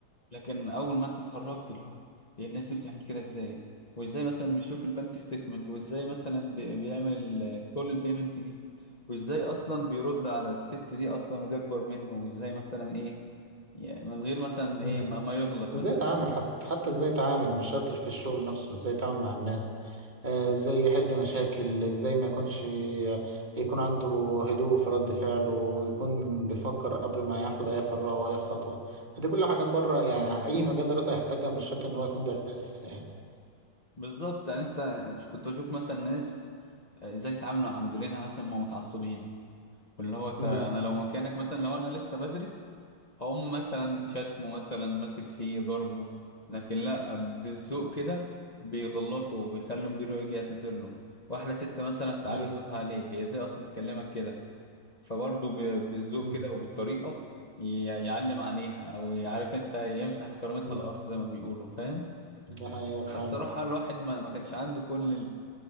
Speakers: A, on the left; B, on the right.
A: لكن اول ما انت اتخرجت اللي هو إيه الناس دي بتعمل كده ازاي وازاي مثلا بيشوف البنك ستيتمنت وازاي مثلا بي- بيعمل ال- كل البيمنت دي وازاي اصلا بيرد على الست دي اصلا ودي اكبر منه وازاي مثلا ايه يعني من غير مثلا
B: اه
A: ايه ما, ما يغلط
B: ازاي
A: مثلا
B: اتعامل حتى حتى ازاي اتعامل مش شرط في الشغل نفسه ازاي اتعامل مع الناس آه، ازاي يحل مشاكل ازاي ما يكونش يكون عنده هدوء في رد فعله ويكون بيفكر قبل ما ياخد اي قرار او اي خطوة دي كل حاجات بره يعني اي مجال دراسة يحتاجها مش شرط ان هو يكون دارس يعني
A: بالظبط يعني انت كنت بشوف مثلا ناس آه، ازاي يتعاملوا مع مديرينها مثلا ما متعصبين واللي هو تا-
B: امم
A: انا لو مكانك مثلا لو انا لسه بدرس هقوم مثلا شتمه مثلا ماسك فيه ضربه لكن لا بالذوق كده بيغلطه وبيخلي مديره يجي يعتذر له واحده ست مثلا تعلي
B: ايوه
A: صوتها عليه هي ازاي اصلا تكلمك كده فبرضه ب- بالذوق
B: امم
A: كده وبالطريقه ي- يعلم عليها او يعرف انت يمسح بكرامتها
B: امم
A: الارض زي ما بيقولوا فاهم
B: ده حقيقة فعلا
A: الصراحه الواحد ما ما كانش عنده كل